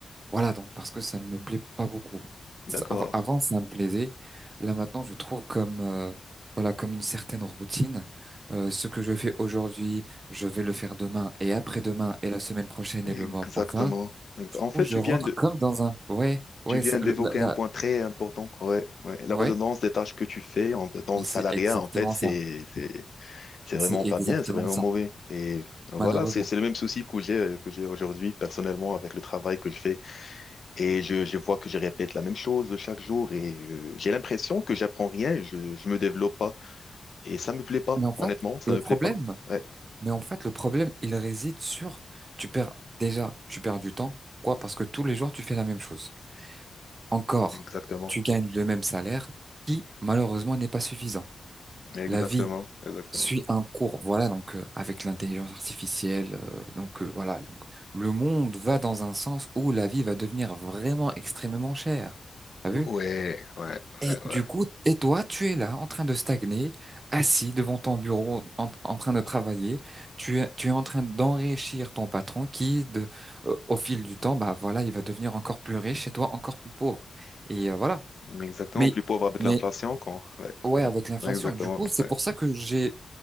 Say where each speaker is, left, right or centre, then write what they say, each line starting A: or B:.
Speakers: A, on the right; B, on the left.
A: Voilà, donc parce que ça ne me plaît pas beaucoup.
B: D'accord.
A: Ça- Avant, avant, ça me plaisait. Là, maintenant, je trouve comme, euh, voilà, comme une certaine routine. Euh, ce que je fais aujourd'hui, je vais le faire demain et après-demain et la semaine prochaine
B: Exactement.
A: et le mois prochain,
B: Exact- En fait,
A: où je
B: tu
A: rentre
B: viens de,
A: comme dans un. Ouais, ouais,
B: Tu viens
A: ça,
B: d'évoquer
A: le- la,
B: un
A: la-
B: point très important, ouais, ouais. La
A: ouais,
B: redondance des tâches que tu fais en- dans
A: mais
B: le
A: c'est
B: salariat,
A: exactement
B: en fait, c'est,
A: ça.
B: c'est, c'est vraiment
A: C'est exactement
B: pas bien, c'est vraiment
A: ça,
B: mauvais. Et voilà,
A: malheureusement.
B: c'est, c'est le même souci que j'ai, euh, que j'ai aujourd'hui personnellement avec le travail que je fais. Et je, je vois que je répète la même chose chaque jour et euh, j'ai l'impression que j'apprends rien, je, je me développe pas. Et ça me plaît pas,
A: Mais en fait,
B: honnêtement, ça
A: le
B: me
A: problème,
B: plaît pas. Ouais,
A: mais en fait, le problème, il réside sur, tu perds déjà, tu perds du temps. Quoi? Parce que tous les jours, tu fais la même chose. encore,
B: exactement,
A: tu gagnes le même salaire qui, malheureusement, n'est pas suffisant.
B: exactement,
A: La vie
B: exactement.
A: suit un cours, voilà, donc euh, avec l'intelligence artificielle, euh, donc euh, voilà, donc le monde va dans un sens où la vie va devenir vraiment extrêmement chère. T'as
B: Ouais,
A: vu?
B: ouais,
A: Et
B: ouais,
A: du
B: ouais.
A: coup, et toi, tu es là en train de stagner, assis devant ton bureau, en, en train de travailler. Tu es, tu es en train d'enrichir ton patron qui, de, euh, au fil du temps, bah voilà, il va devenir encore plus riche et toi encore plus pauvre. Et euh, voilà.
B: Exactement,
A: Mais,
B: plus pauvre avec
A: mais
B: l'inflation quand. Ouais,
A: ouais,
B: ouais,
A: avec l'inflation.
B: ouais, exactement.
A: Du coup, c'est
B: ouais.
A: pour ça que j'ai,